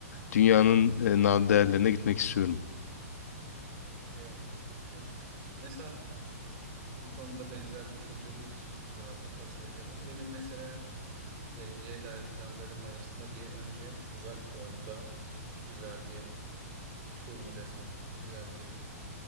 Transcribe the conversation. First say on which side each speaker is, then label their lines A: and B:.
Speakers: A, on the left; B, on the right.
A: Dünyanın e, nadir değerlerine gitmek istiyorum.
B: Ve aklım mesela e, bu konuda benzer düşündüğümüz için rahatlıkla söyleyebilirim. Benim mesela Geleceğe dair planlarım arasında bir önce Uzak Doğu'da güzel bir tur mu desem, güzel bir